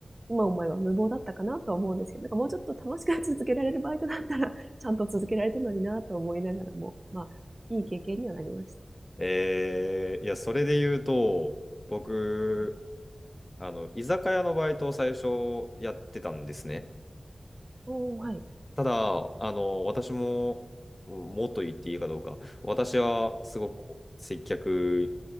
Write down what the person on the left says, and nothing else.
えー、いや、それで言うと、僕、
あの、居酒屋のバイトを最初やってたんですね。
ただ、あの、私も、もっと言っていいかどうか、私はすごくこう接客